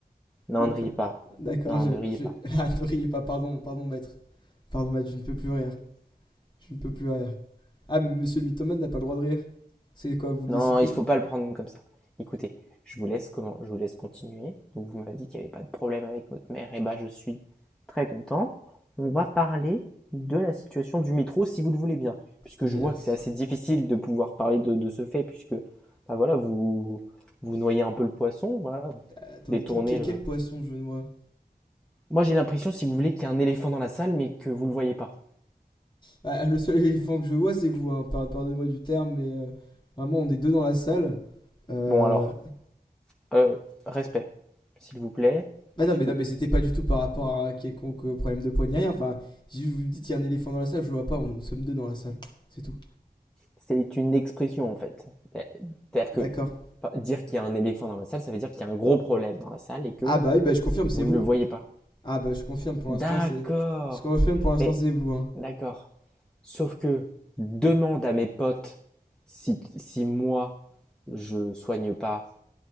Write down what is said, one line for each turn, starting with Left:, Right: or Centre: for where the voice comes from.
Centre: Non,
Left: d'accord,
Centre: ne riez pas.
Left: d'accord,
Centre: Non,
Left: je,
Centre: ne riez
Left: je,
Centre: pas.
Left: <laughs> ah ne riez pas, pardon, pardon maître, pardon maître, je ne peux plus rire, je ne peux plus rire. Ah mais monsieur le mythomane n'a pas le droit de rire, c'est quoi, vous le
Centre: Non,
Left: décidez
Centre: il faut pas le prendre comme ça. Écoutez, je vous laisse comment, je vous laisse continuer. Donc vous m'avez dit qu'il n'y avait pas de problème avec votre mère. Et bah je suis très content. On va parler de la situation du métro, si vous le voulez bien, puisque
Left: Merci.
Centre: je vois que c'est assez difficile de pouvoir parler de, de ce fait, puisque bah voilà, vous vous noyez un peu le poisson, voilà,
Left: Attendez,
Centre: détournez
Left: quel, quel-
Centre: le.
Left: quel poisson je vois
Centre: Moi j'ai l'impression, si vous voulez, qu'il y a un éléphant dans la salle, mais que vous ne le voyez pas.
Left: Ah, Le seul <laughs> éléphant que je vois c'est vous, hein, pardonnez-moi du terme, mais euh, vraiment on est deux dans la salle, Euh,
Centre: Bon alors, euh, respect, s'il vous plaît,
Left: Bah
Centre: puisque
Left: non, mais, non, mais c'était pas du tout par rapport à quelconque euh, problème de poignet. Enfin, si vous me dites il y a un éléphant dans la salle, je vois pas, on- nous sommes deux dans la salle. C'est tout.
Centre: C'est une expression en fait. Euh, C'est-à-dire que
Left: D'accord.
Centre: dire qu'il y a un éléphant dans la salle, ça veut dire qu'il y a un gros problème dans la salle et que
Left: Ah bah oui, bah je confirme, c'est
Centre: vous
Left: vous.
Centre: ne le voyez pas.
Left: Ah bah je confirme pour
Centre: D'accord.
Left: l'instant, c'est. Je confirme pour l'instant,
Centre: Mais
Left: c'est vous. Hein.
Centre: d'accord. Sauf que demande à mes potes si, si moi je soigne pas